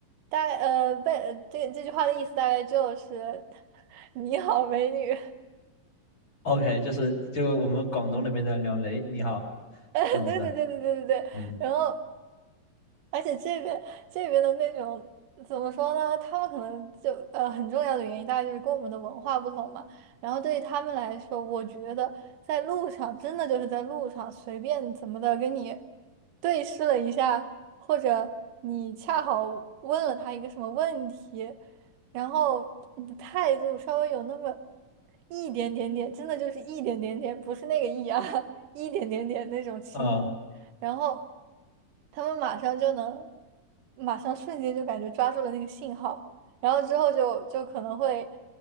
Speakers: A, on the right; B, on the left.
A: 大概呃贝这这句话的意思大概就是 <laughs> “你好，美女”。
B: OK，就是就我们广东那边的“两雷”你好
A: <laughs> 对对对对对对对，
B: 弄的，嗯
A: 然后。而且这边这边的那种怎么说呢？他们可能就呃很重要的原因，大概就是跟我们的文化不同嘛。然后对于他们来说，我觉得在路上真的就是在路上随便怎么的跟你对视了一下，或者你恰好问了他一个什么问题，然后你的态度稍微有那么一点点点，真的就是一点点点，不是那个一啊，<laughs> 一点点点那种轻。
B: 哦，
A: 然后他们马上就能，马上瞬间就感觉抓住了那个信号，然后之后就就可能会